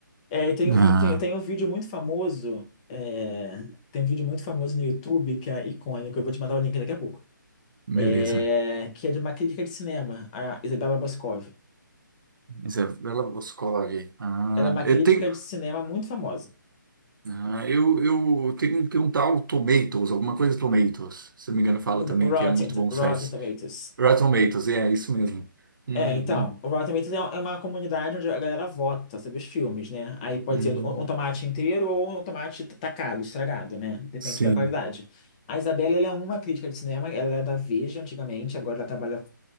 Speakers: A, on the left; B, on the right.
A: É, e tem, fi-
B: Ah,
A: tem, tem um vídeo muito famoso, é, tem um vídeo muito famoso no YouTube que é icônico, eu vou te mandar o link daqui a pouco,
B: beleza.
A: é, que é de uma crítica de cinema, a Isabella Boscov.
B: Isabela Boscov. Ah,
A: Ela é uma
B: eu
A: crítica
B: tenho.
A: de cinema muito famosa.
B: Ah, eu, eu tenho que um tal Tomatoes, alguma coisa Tomatoes. Se não me engano, fala também
A: Rotten,
B: que é muito bom
A: Rotten
B: site
A: Tomatoes.
B: Rotten Tomatoes, é, é isso mesmo. Uhum.
A: É, então, o Rotten Tomatoes é um, é uma comunidade onde a galera vota sobre os filmes, né? Aí pode
B: Hum,
A: ser um um tomate inteiro ou um tomate t- tacado, estragado, né? Depende
B: sim.
A: da qualidade. A Isabela, ela é uma crítica de cinema, ela é da Veja antigamente, agora ela trabalha